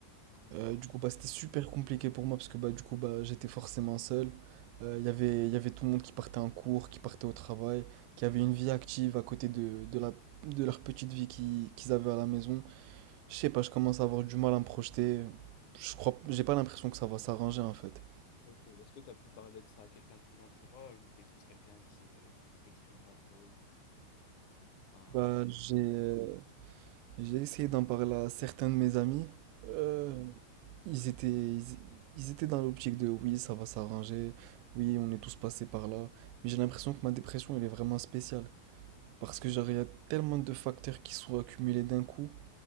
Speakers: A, on the left; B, on the right.
A: Mhm.
B: Euh, du coup, bah, c'était super compliqué pour moi parce que bah, du coup, bah, j'étais forcément seul. Euh, Il y avait, il y avait tout le monde qui partait en cours, qui partait au travail, qui avait une vie active à côté de, de la, de leur petite vie qui- qu'ils avaient à la maison. Je sais pas, je commence à avoir du mal à me projeter. Je crois, j'ai pas l'impression que ça va s'arranger en fait.
A: Ok. Est-ce que tu as pu parler de ça à quelqu'un de ton entourage ou t'es plus quelqu'un qui, euh, qui t'exprime pas trop? Enfin,
B: Bah,
A: tu...
B: j'ai, euh, j'ai essayé d'en parler à certains de mes amis.
A: Mhm.
B: Euh, Ils étaient, ils, ils étaient dans l'optique de oui, ça va s'arranger, oui, on est tous passés par là. Mais j'ai l'impression que ma dépression, elle est vraiment spéciale. Parce que genre, il y a tellement de facteurs qui sont accumulés d'un coup